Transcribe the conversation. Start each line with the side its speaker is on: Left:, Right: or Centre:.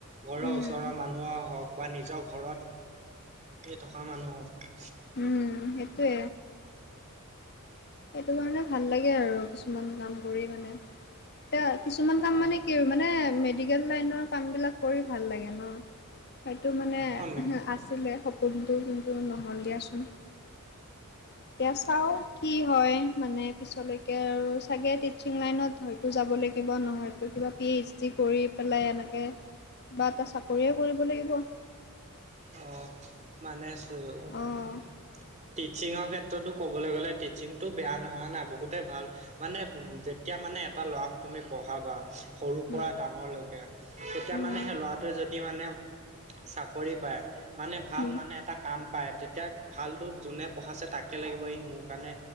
Right: ঘৰৰ
Left: উম,
Right: ওচৰৰ - মানুহ হওক বা নিজৰ ঘৰত থকা মানুহ হওক।
Left: উম সেইটোৱে। সেইটো কাৰণে ভাল লাগে আৰু কিছুমান কাম কৰি মানে এয়া কিছুমান কাম
Right: অ',
Left: মানে কি আৰু - মানে মেডিকেল লাইনৰ কামবিলাক কৰি ভাল ন সেইটো মানে-
Right: অ', মেম
Left: আছিলে সপোনটো কিন্তু নহ'ল দিয়াচোন। এতিয়া চাও - কি হয় মানে পিছলৈকে আৰু চাগে টিচিং লাইনত ধৰিম। তো যাবলে কিবা নহয় তোৰ কিবা পিজ জি কৰি পেলাই এনেকে বা এটা চাকৰিয়ে কৰিব লাগিব।
Right: অ মানে চোওক
Left: অ',
Right: - টিচিংৰ ক্ষেত্ৰতো ক'বলে গ'লে টিচিংটো বেয়া নহয়, হয় নাই বহুতে ভাল - মানে উ যেতিয়া মানে এটা ল'ৰাক তুমি পঢ়াবা - সৰু
Left: উম,
Right: পৰা ডাঙৰলৈকে তেতিয়া
Left: উম,
Right: মানে সেই ল'ৰাটোৱে যদি মানে চাকৰি পায় - মানে ভাল
Left: উম,
Right: মানে এটা কাম পায় তে - এতিয়া ভালটো যোনে পঢ়াছে তাকে লাগিব এই মোৰ কাৰণে